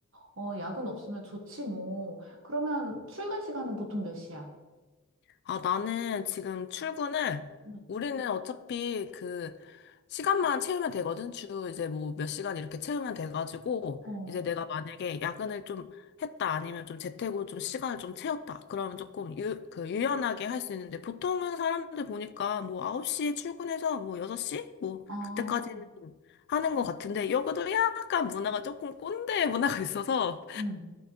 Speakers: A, on the right (about 65°); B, on the left (about 50°).
A: 뭐, 어, 야근 없으면 좋지, 뭐. 그러면 출근 시간은 보통 몇 시야?
B: 아, 나는 지금 출근을,
A: 음.
B: 우리는 어차피 그, 시간만 채우면 되거든. 주 이제 뭐 몇 시간 이렇게 채우면 돼가지고,
A: 어,
B: 이제 내가 만약에 야근을 좀 했다, 아니면 좀 재택으로 좀 시간을 좀 채웠다. 그러면 조금 유, 그, 유연하게 할 수 있는데, 보통은 사람들 보니까 뭐 9시에 출근해서 뭐 6시? 뭐,
A: 아,
B: 그때까지는 좀 하는 것 같은데, 여기도 약간 문화가 조금 꼰대 문화가 있어서,
A: 음,